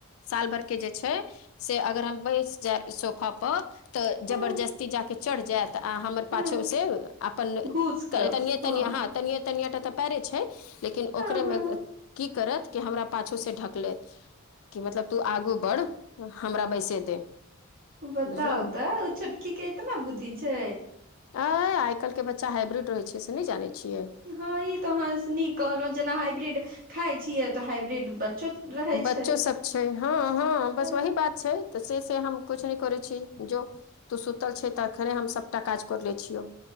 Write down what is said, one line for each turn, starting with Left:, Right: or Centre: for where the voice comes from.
Left: साल भर के जे छै से अगर हम बैस जायब सोफा पर तऽ
Right: हँ
Left: जबरजस्ती जाके चढ़ जायत तऽ आ हमर पाछो
Right: हँ
Left: से अपन
Right: घूस
Left: तनिये
Right: कऽ हँ
Left: तनिये ह तनिये तनिये टा तऽ पैरे छै। लेकिन
Right: हँ
Left: ओकरेमे
Right: हँ
Left: की करत कि हमरा पाछूसँ ढकलेत कि मतलब तू आगू बढ़ हमरा बैसे तौ
Right: बताउ
Left: बुझलौ
Right: <unintelligible> के इतना बुद्धि छै।
Left: अ आइ काल्हिके बच्चा हाइब्रिड रहै छै से नै जानै छियै
Right: हँ ई तऽ अहाँ नीक कहलहु जेना हाइब्रिड खााय छीयै तऽ हाइब्रिड बच्चो रहै
Left: बच्चो
Right: छै
Left: सब छै हँ हँ बस
Right: तऽ
Left: वही बात छै तऽ से से हम कुछ नै करै छी जो तू सुतल छै तखने हम सबटा काज कर लेय छियो